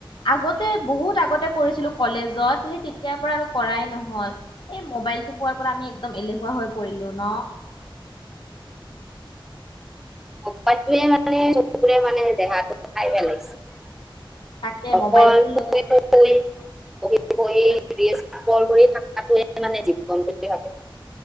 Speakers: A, on the left; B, in the centre.
A: আগতে বহুত আগতে কৰিছিলো কলেজত সেই তেতিয়াৰ পৰা আৰু কৰাই নহল এই মবাইলটো পোৱাৰ পৰা আমি একদম এলেহুৱা হৈ পৰিলো ন'?
B: মোবাইলইটোৱে মানে চকুৰে মানে দেহাটো খাই পেলাইছে।
A: তাকে
B: অকল
A: মোবাইলটো
B: শুই-শুই,
A: লৈ
B: বহি-বহি ৰীল স্ক্ৰল কৰি থাকাটোৱে মানে জীৱন বোলি ভাৱো।